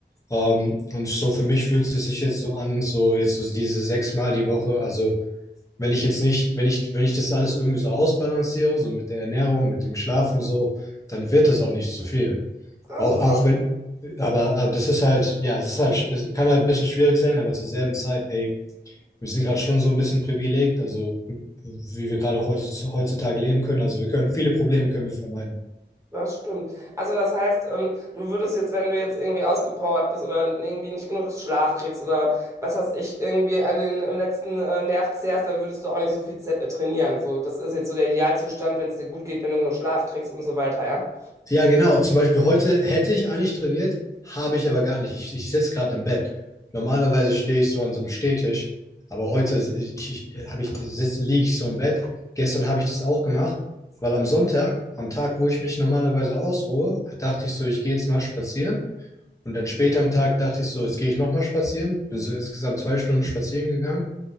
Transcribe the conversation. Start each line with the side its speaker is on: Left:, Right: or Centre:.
Left: Ähm, und so für mich fühlt es sich jetzt so an, so jetzt so diese sechs Mal die Woche, also wenn ich jetzt nicht, wenn ich, wenn ich das alles irgendwie so ausbalanciere, so mit der Ernährung, mit dem Schlaf und so, dann wird es auch nicht zu viel.
Right: Ah,
Left: Auch,
Right: super.
Left: auch wenn, aber, aber das ist halt, ja, es ist halt, es kann halt ein bisschen schwierig sein, aber zur selben Zeit, ey, wir sind gerade schon so ein bisschen privilegiert, also wie wir gerade heute, heutzutage leben können. Also wir können viele Probleme können wir vermeiden.
Right: Das stimmt. Also das heißt, ähm, du würdest jetzt, wenn du jetzt irgendwie ausgepowert bist oder irgendwie nicht genug Schlaf kriegst oder was weiß ich, irgendwie an den äh, letzten äh, Nerv zehrst, dann würdest du auch nicht so viel ze- äh, trainieren. So, das ist jetzt so der Idealzustand, wenn es dir gut geht, wenn du genug Schlaf kriegst und so weiter, ja?
Left: Ja, genau. Zum Beispiel heute hätte ich eigentlich trainiert, habe ich aber gar nicht. Ich, ich sitze gerade im Bett. Normalerweise stehe ich so an so einem Stehtisch, aber heute ich, ich, habe ich, sitz, liege ich so im Bett. Gestern habe ich das auch gemacht, weil am Sonntag, am Tag, wo ich mich normalerweise ausruhe, dachte ich so, ich gehe jetzt mal spazieren. Und dann später am Tag dachte ich so, jetzt gehe ich nochmal spazieren. Bin so insgesamt zwei Stunden spazieren gegangen.